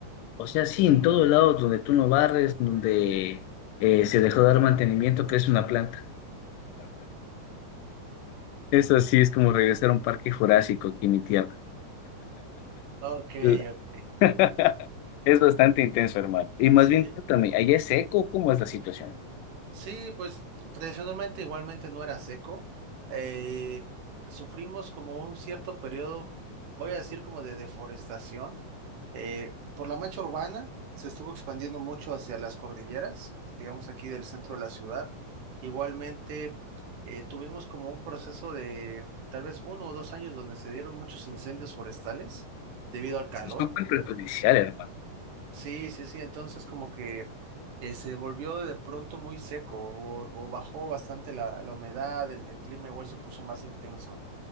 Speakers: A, on the left (about 85°); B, on the right (about 75°).
A: o sea, sí, en todos lados donde tú no barres, donde eh, se dejó de dar mantenimiento, crece una planta. Eso sí es como regresar a un parque jurásico aquí en mi tierra.
B: Ok,
A: La-
B: ok.
A: <laughs> Es bastante intenso, hermano. Y más
B: Sí,
A: bien, cuéntame, ¿allá es seco? ¿Cómo es la situación?
B: Sí, pues tradicionalmente igualmente no era seco. Eh, sufrimos como un cierto periodo, voy a decir como de deforestación. Eh, por la mancha urbana se estuvo expandiendo mucho hacia las cordilleras, digamos aquí del centro de la ciudad. Igualmente eh, tuvimos como un proceso de tal vez uno o dos años donde se dieron muchos incendios forestales debido al calor.
A: Es súper perjudicial, hermano.
B: Sí, sí, sí. Entonces como que eh, se volvió de pronto muy seco o, o bajó bastante la, la humedad, el, el clima igual se puso más intenso.